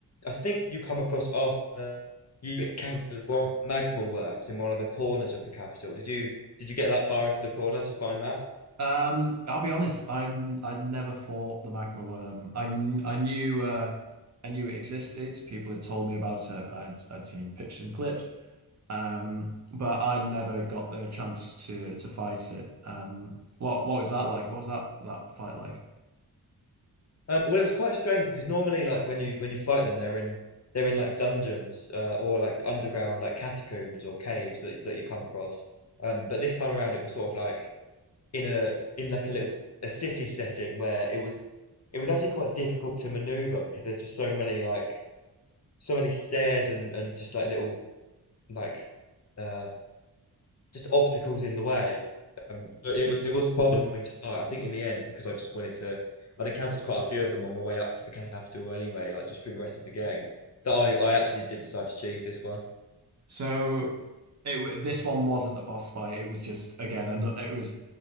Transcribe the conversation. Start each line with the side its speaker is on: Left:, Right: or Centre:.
Left: I think you come across after you encountered one of the magma worms in one of the corners of the capital. Did you did you get that far into the corner to find that?
Right: Um, I'll be honest, I've n- I'd never fought the magma worm. I kn- I knew uh I knew it existed. People had told me about it. I'd I'd seen pictures and clips. Um, but I would never got the chance to to fight it. Um, what what was that like? What was that that fight like?
Left: Um, well, it was quite strange because normally, like when you when you fight them, they're in they're in like dungeons uh, or like underground like catacombs or caves that that you come across. Um, but this time around, it was sort of like in a in like a little a city setting where it was it was actually quite difficult to maneuver because there's just so many like so many stairs and and just like little like uh just obstacles in the way. Um, so it was it was quite annoying to fight. I think in the end because I just wanted to I'd encountered quite a few of them on my way up to the capital anyway, like just through the rest of the game. That I I
Right: S-
Left: actually did decide to choose this one.
Right: So it wa- this one wasn't a boss fight. It was just again, an, it was